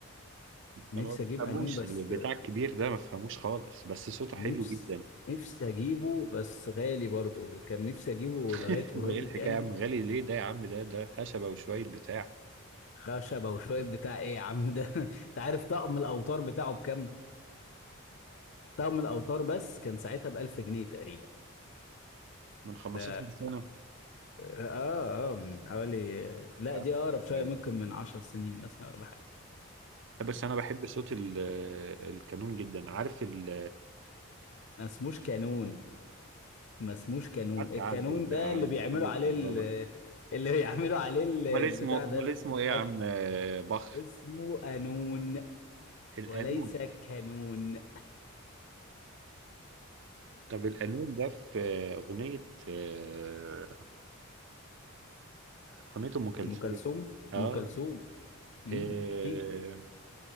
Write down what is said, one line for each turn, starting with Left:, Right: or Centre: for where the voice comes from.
Left: نفسي
Right: انا ما بفهموش
Left: اجيب قانون بس
Right: البتاع
Left: آه،
Right: الكبير ده ما بفهموش خالص بس صوته
Left: نفس
Right: حلو جدا
Left: نفسي اجيبه بس غالي برضو كان نفسي اجيبه
Right: <laughs>
Left: لغايه
Right: ده
Left: قريب
Right: ايه الحكايه
Left: يعني
Right: يا عم غالي ليه ده يا عم ده ده خشبه وشويه بتاع
Left: خشبه وشويه بتاع ايه يا عم ده <laughs> انت عارف طقم الاوتار بتاعه بكام طقم الاوتار بس كان ساعتها ب 1000 جنيه تقريبا
Right: من 15
Left: ده
Right: سنه
Left: اه اه من حوالي لا
Right: فاهم؟
Left: دي اقرب شويه
Right: يعني
Left: ممكن من عشر سنين مثلا ولا حاجه
Right: لا، بس انا بحب صوت ال- القانون جدا عارف ال
Left: ما اسموش كانون ما اسموش كانون
Right: قعدت
Left: الكانون
Right: اعدل بقى
Left: ده
Right: عن
Left: اللي بيعملوا
Right: وكيل
Left: عليه
Right: الكهرباء
Left: ال... اللي بيعملوا عليه ال- البتاع
Right: امال اسمه
Left: ده
Right: امال اسمه ايه يا
Left: الاكل
Right: عم آه، بخ
Left: اسمه قانون
Right: القانون
Left: وليس كانون
Right: طب القانون ده في اغنيه آه، اغنيه ام كلثوم
Left: ام كلثوم
Right: اه
Left: ام كلثوم امم
Right: آه.
Left: اكيد